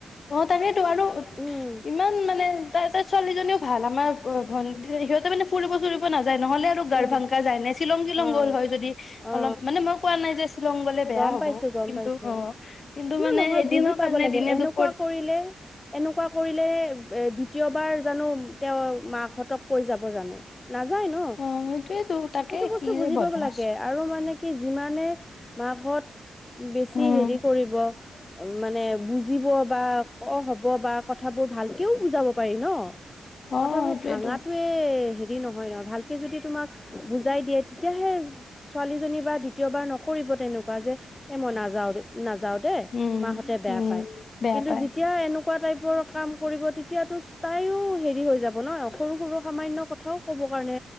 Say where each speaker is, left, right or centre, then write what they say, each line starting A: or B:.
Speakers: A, on the left; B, on the left.
A: অহ তাকেইতো আৰু
B: উম
A: ইমান মানে ইন্টাৰেষ্ট ছোৱালীজনীও ভাল আমাৰ ভন ভন্টি সিহঁতে মানে ফুৰিব চুৰিব নাযা নহ'লে আৰু গাৰভাংগা
B: উম
A: যায় নে শ্বিলং টিলং
B: অ
A: গ'ল হয় যদি।
B: অ
A: অলপ মানে মই কোৱা নাই যে শ্বিলং গলে বেয়া
B: গম
A: হ'ব
B: পাইছো গম
A: কিন্তু
B: পাইছো
A: অহ, কিন্তু মানে
B: নহয়
A: এদিনৰ
B: বুজি পাব
A: কাৰণে
B: লাগে
A: দিনে-দুপ
B: এনেকুৱা কৰিলে এনেকুৱা কৰিলে এ দ্বিতীয়বাৰ জানো তেওঁ মাকহঁতক কৈ যাব জানো। নাযায় ন,
A: অ সেইটোয়েতো তাকে
B: সেইটো বস্তু
A: কি
B: বুজি
A: যে বদমাছ
B: পাব লাগে। আৰু মানে কি যিমানে মাসত বেছি
A: উম
B: হেৰি কৰিব। মানে বুজিব বা, ক, হব, বা, ক ভাবো ভালকেও বুজাব পাৰি ন
A: অ
B: কথাবোৰ
A: সেইটোয়েতো
B: ভাঙাতয়ে নহয় ন ভালকে যদি তোমাক বুজাই দিয়ে তেতিয়াহে ছোৱালীজনী বা দ্বিতীয়বাৰ নকৰিব। তেনেকুৱা যে এ মনা যাও না যাও দেই
A: উম
B: মাহঁতে বেয়া
A: উম
B: পায়
A: বেয়া
B: কিন্তু
A: পায়
B: যেতিয়া এনেকুৱা টাইপ কাম কৰিব তেতিয়াতো তাইও হেৰি হৈ যাব ন। সৰু সৰু সামান্য কথাও ক'ব কাৰণে